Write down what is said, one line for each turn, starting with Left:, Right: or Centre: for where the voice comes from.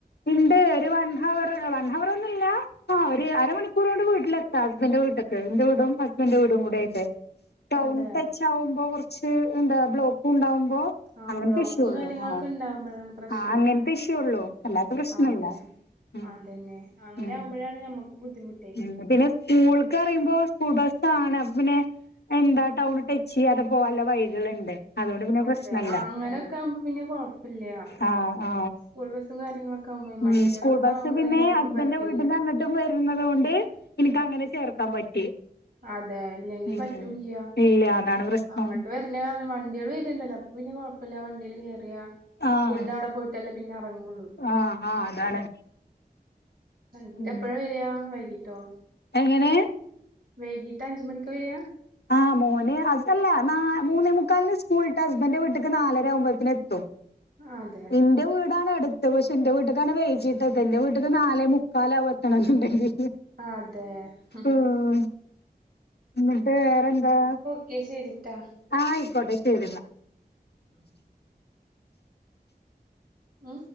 Left: ഉണ്ട് ഒരു വൺ ഹവർ വൺ ഹവർ ഒന്നുവില്ല ആഹ് ഒരു അരണികൂർ കൊണ്ട് വീട്ടിലെത്താ ഹസ്ബന്റെ വീട്ടൊക്കെന്റെ വീടും ഹസ്ബൻഡന്റെ വീടും കൂടി ആയിട്ട് ടൗൺ
Right: അതെ
Left: ടച്ച് ആകുമ്പോ കുറച്ച് എന്താ ബ്ലോക്ക് ഉണ്ടാവുമ്പോ
Right: ആഹ്
Left: അങ്ങനത്തെ
Right: ബോക്കും
Left: ഇഷ്യൂ ഉള്ളൂ
Right: കാര്യങ്ങളൊക്കെ
Left: ആ
Right: ഉണ്ടാവുമ്പഴാണ് പ്ര പ്രശനം
Left: ആ അങ്ങനത്തെ ഇഷ്യൂ ഉള്ളൂ അല്ലാത്ത പ്രശ്നല്ല
Right: അതെ
Left: ഉം
Right: അതന്നെ അങ്ങനെ
Left: ഉം
Right: ആകുമ്പോഴാണ് ഞമ്മ ബുദ്ധിമു
Left: ഉം പിന്നെ സ്കൂൾക്ക് അറയുമ്പോ സ്കൂൾ ബസ്സാണ് അപ്പൊ പിന്നെ എന്താ ടൗൺ ടച്ച് ചെയ്യാതെ പോകാനുള്ള വഴികളുണ്ട് അതുകൊണ്ട് പിന്നെ
Right: അതെ
Left: പ്രശ്നല്ല
Right: ആ അങ്ങനെയൊക്കെ ആകുമ്പോ പിന്നെ കൊഴപ്പില്ല
Left: ആ ആ
Right: സ്കൂൾ ബസ്സും കാര്യങ്ങളൊക്കെ ആകുമ്പോ
Left: ഉം
Right: മറ്റേതൊക്കെ
Left: സ്കൂൾ ബസ്
Right: ആകുമ്പോഴേ
Left: പിന്നെ
Right: ഞമ്മക്ക്
Left: ഹസ്ബൻന്റെ
Right: പറ്റൂല്ല
Left: വീടിന്റെ അങ്ങ ട്ടും വരുന്നത് കൊണ്ട് എനിക്ക് അങ്ങനെ ചേർക്കാൻ പറ്റി
Right: അതെ ഇല്ലെങ്കി
Left: ഉം
Right: പറ്റൂല്ല
Left: ഇല്ല അതാണ് പ്രശ്നം
Right: അങ്ങോട്ട് വ പിന്നെ പറഞ വണ്ടിയാള് വരിണ്ടല്ലോ അപ്പൊപ്പിന്നെകൊഴപ്പമില്ല വണ്ടീൽ കയറിയാ
Left: ആഹ്
Right: സ്കൂളിന്റെ അവടെ പോയിട്ടല്ലേ പിന്നെ എറങ്ങോള്ളു
Left: ആഹ് ആഹ് അതാണ്
Right: എന്നിട്ട്
Left: ഉം
Right: എപ്പഴ വര്യാ വൈകിട്ടോ
Left: എങ്ങനെ
Right: വൈകീട്ട് അഞ്ച് മണിക്ക് വര്യാ
Left: ആഹ് മോന് അതല്ല മൂന്നേ മുക്കാലിന് സ്കൂളിട്ടാ ഹസ്ബൻന്റിന്റെ വീട്ടിക്ക് നാലര ആകുമ്പോഴേത്തിന് എത്തും
Right: ആതെ
Left: ഇന്റെ വീടാണ് എടുത്ത് പക്ഷെ ഇന്റെ വീട്ട്ക്കാണ് വൈകീട്ടെത്ത ഇന്റെ വീട്ട്ക്ക് നാലെ മുക്കാലാവും എത്തണെന്നണ്ടെങ്കി
Right: അതെ ഉം
Left: ആഹ് ഇന്നിട്ട് വേറെന്താ
Right: ഓക്കേ ശരിട്ടോ
Left: ആഹ് ആയിക്കോട്ടെ ശരിന്ന
Right: എല്ല ഉം